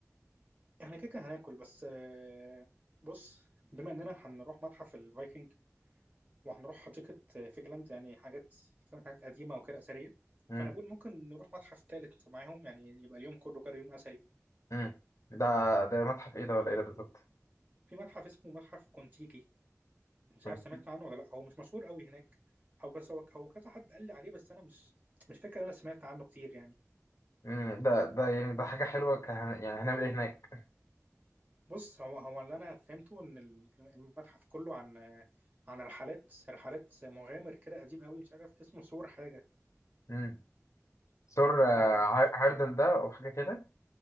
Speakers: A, on the right; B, on the left.
A: احنا كده كده هناكل بس آه، بص بما اننا هنروح متحف الفايكنج وهنروح حديقة آه، فيجلاند يعني حاجات فاهم حاجات قديمة وكده أثرية
B: مم.
A: فأنا بقول ممكن نروح متحف تالت معاهم يعني يبقى اليوم كله كده يوم أثري
B: مم. ده ده متحف إيه
A: في
B: ده ولا إيه ده بالظبط؟
A: في متحف اسمه متحف كونتيكي مش
B: كنت
A: عارف سمعت عنه ولا لأ هو مش مشهور قوي هناك أو بس هو هو كذا حد قال لي عليه بس أنا مش مش فاكر إن أنا سمعت عنه كتير يعني
B: امم ده ده يعني ده حاجة حلوة ك... يعني هنعمل ايه هناك؟
A: بص هو هو اللي انا فهمته ان ال- المتحف كله عن عن رحلات رحلات مغامر كده قديم قوي مش عارف اسمه سور حاجه
B: امم سور
A: اه
B: هيردل ده او حاجة كده؟